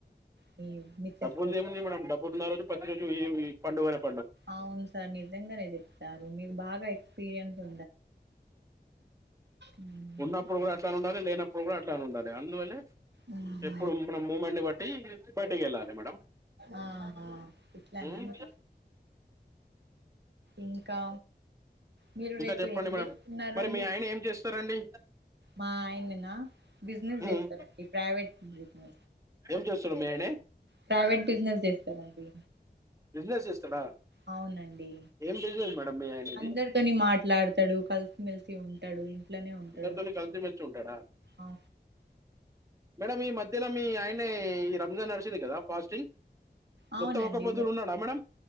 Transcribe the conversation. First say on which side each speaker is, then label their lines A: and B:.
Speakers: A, on the right (about 80°); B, on the right (about 20°).
A: మీ మిస్సెస్
B: డబ్బులు
A: కోసం
B: ఏముంది మేడం డబ్బులు ఉన్న రోజు ప ఈ రోజు ఎమి పండుగ డప్
A: అవును సార్ నిజంగానే చెప్తారు మీకు బాగా పియంసా ఉమ్,
B: ఉన్నప్పుడు కూడా ఎట్లానే ఉండాలి లేనప్పుడు ఇప్పుడు కూడా అట్లానే ఉండాలి అందులోనే
A: ఉమ్,
B: ఎప్పుడు మన మూమెంట్ ని పట్ బడ్టిీ హెళ్ బడి కెల్లలా మేడం
A: ఆహా ఇట్లా
B: మ్మ్
A: న ఇంకా మీరు
B: ఇంకా
A: రేపు
B: చెప్పండి
A: ఏం
B: మేడం
A: చేస్తున్న
B: మరి
A: రండి
B: మీ ఆయన ఏం చేస్తారండి
A: మా ఆయన న బిజినెస్
B: మ్మ్
A: చేస్తారండి ప్రవేట్ ఉ
B: ఏం చూస్తున్నా మీ ఆయనే
A: ప్రైవేట్ బిజినెస్ చేస్తారంండి
B: బిజినెస్ చేస్తాడా
A: అవునండి
B: ఏం బిజినెస్ మేడం మీ ఆయనది
A: అందరితోని మాట్లాడతాడు కలిసిమెెలిసి ఉంటడు. అట్లానే ఉంటడ
B: అందరితోని కలిసిమెలిసి ఉంటాడా
A: అ
B: మేడం ఈ మధ్యన మీ ఆయనే ఈ రంజాన్ నడిచింది కదా ఫాస్టింగ్
A: అవునండి.
B: మొత్తం ఒక్క పొద్దులు ఉన్నాడా మేడం